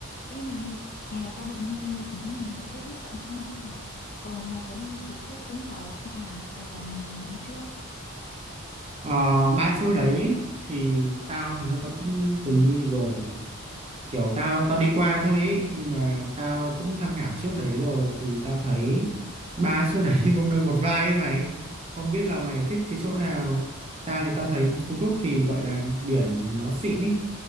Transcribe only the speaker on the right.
Ờ, ba chỗ đấy thì tao hình như tao cũng từng đi rồi kiểu tao tao đi qua thôi ấy nhưng mà tao cũng tham khảo trước đấy rồi thì tao thấy ba chỗ đấy <laughs> một nơi một vai ấy mày không biết là mày thích cái chỗ nào tao thì tao thấy Phú Quốc thì gọi là biển nó xịn ấy